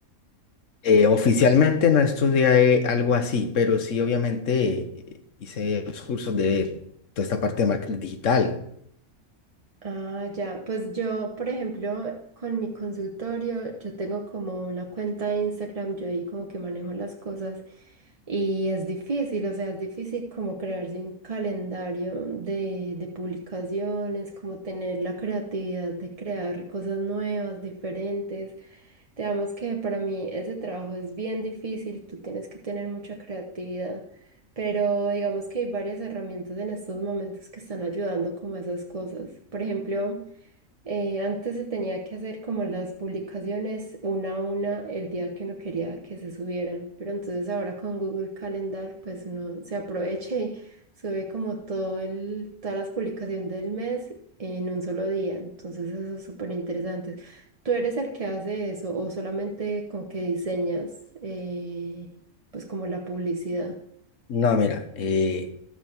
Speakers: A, on the left (about 60°); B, on the right (about 30°).
A: Eh, oficialmente no estudié algo así, pero sí, obviamente, eh, hice los cursos de toda esta parte de marketing digital.
B: Ah, ya, pues yo, por ejemplo, con mi consultorio, yo tengo como una cuenta de Instagram, yo ahí como que manejo las cosas y es difícil, o sea, es difícil como crearse un calendario de, de publicaciones, como tener la creatividad de crear cosas nuevas, diferentes. Digamos que para mí ese trabajo es bien difícil, tú tienes que tener mucha creatividad. Pero digamos que hay varias herramientas en estos momentos que están ayudando como a esas cosas. Por ejemplo, eh, antes se tenía que hacer como las publicaciones una a una el día que uno quería que se subieran, pero entonces ahora con Google Calendar pues uno se aprovecha y sube como todo el, todas las publicaciones del mes en un solo día. Entonces eso es súper interesante. ¿Tú eres el que hace eso o solamente con que diseñas eh, pues como la publicidad?
A: No, mira, eh,